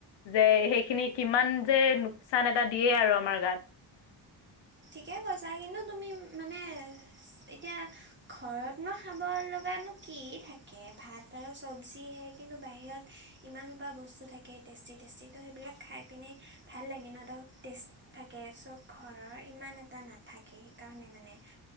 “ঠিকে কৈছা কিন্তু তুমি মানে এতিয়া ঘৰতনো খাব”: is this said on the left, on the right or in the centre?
Right